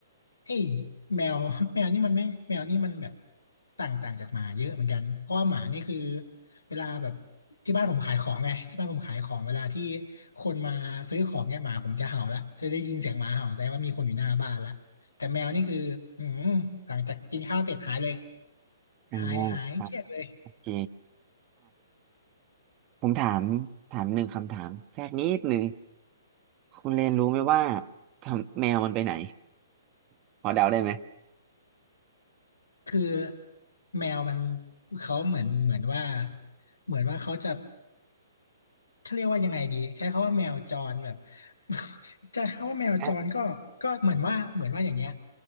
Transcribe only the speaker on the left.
เอ้ยแมว <laughs> แมวนี่มันไม่แมวนี่มันแบบต่างต่างจากหมาเยอะเหมือนกันเพราะว่าหมานี่คือ เวลาแบบที่บ้านผมขายของไงที่บ้านผมขายของเวลาที่คนมาซื้อของเนี่ยหมาผมจะเห่าละจะได้ยินเสียงหมาเห่าแสดงว่ามีคนอยู่หน้าบ้านละแต่แมวนี่คืออืมหลังจากกินข้าวเสร็จหายเลย
หายหายเกลียดเลย
คือแมวมันเขาเหมือนเหมือนว่าเหมือนว่าเขาจะ เขาเรียกว่ายังไงดีใช้คำว่าแมวจรแบบ <laughs> จะคำว่าแมวจรก็ก็เหมือนว่าเหมือนว่าอย่างเงี้ย